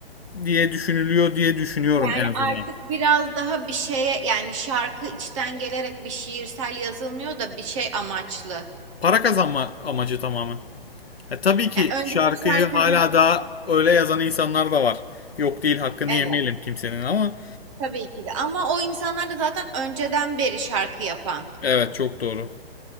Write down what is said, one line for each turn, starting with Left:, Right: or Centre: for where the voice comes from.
Left: diye düşünülüyor diye düşünüyorum
Right: Yani
Left: en azından.
Right: artık biraz daha bir şeye yani şarkı içten gelerek bir şiirsel yazılmıyor da bir şey amaçlı.
Left: Para kazanma amacı tamamen. E, tabii ki
Right: Yani önceki
Left: şarkıyı
Right: şarkı
Left: hala
Right: Hı hı.
Left: daha öyle yazan insanlar da var. Yok değil hakkını
Right: evet
Left: yemeyelim kimsenin ama
Right: tabii ki de ama o insanlar da zaten önceden beri şarkı yapan
Left: evet çok doğru.